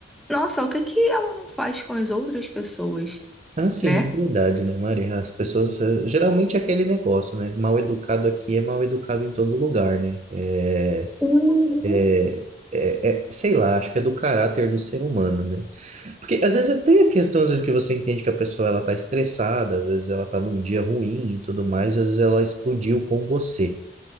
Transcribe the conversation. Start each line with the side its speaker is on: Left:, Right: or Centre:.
Centre: nossa, o que que ela não faz com as outras pessoas,
Right: Ah, sim,
Centre: né?
Right: é verdade, né, Maria? As pessoas, eh, geralmente é aquele negócio, né? Mal educado aqui é mal educado em todo lugar, né? É,
Centre: Uhum.
Right: é, é, é- sei lá, acho que é do caráter do ser humano, né? Porque às vezes tem a questão, às vezes que você entende que a pessoa ela tá estressada, às vezes ela tá num dia ruim e tudo mais, às vezes ela explodiu com você.